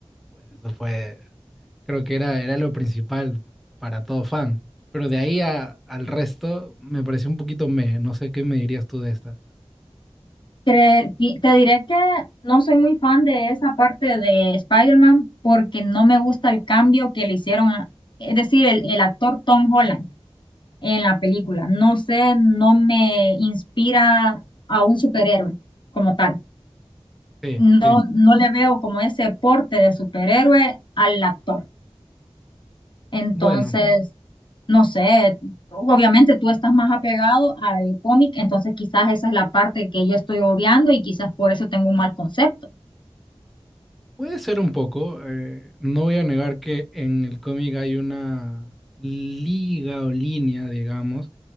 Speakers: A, in the centre; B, on the left (about 50°).
A: pues eso fue, creo que era, era lo principal para todo fan. Pero de ahí a- al resto, me pareció un poquito meh, no sé qué me dirías tú de esta.
B: Cre- di- Te diré que no soy muy fan de esa parte de Spider-Man porque no me gusta el cambio que le hicieron, a- es decir, el, el actor Tom Holland en la película. No sé, no me inspira a un superhéroe como tal.
A: Sí,
B: No,
A: sí.
B: no le veo como ese porte de superhéroe al actor. Entonces,
A: Bueno,
B: no sé, obviamente tú estás más apegado al cómic, entonces quizás esa es la parte que yo estoy obviando y quizás por eso tengo un mal concepto.
A: puede ser un poco. eh, no voy a negar que en el cómic hay una liga o línea, digamos,